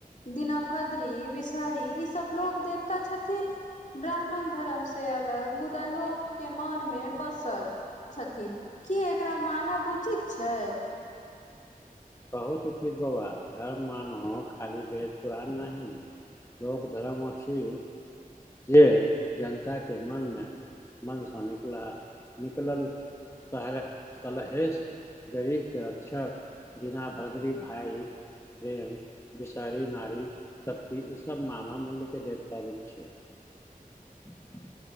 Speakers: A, on the left; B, on the left.
A: दीना भद्री विषहरी ई सब लोग देवता छथिन ब्राह्मण धरम से अलग मुदा लोकके मनमे बसल छथिन की एकरा मानब उचित छै।
B: बहुत उचित बौआ धर्म मानो खाली बेद पुरान नहि। लोक धरम अछि। जे जनताके मनमे मन सऽ निकला निकलल सहड़ सलहेश गरीबके रक्षा जेना भद्री भाय प्रेम विषहरी नारी शक्ति ई सब मानव मुल्यके देवता रूप छै <inaudible>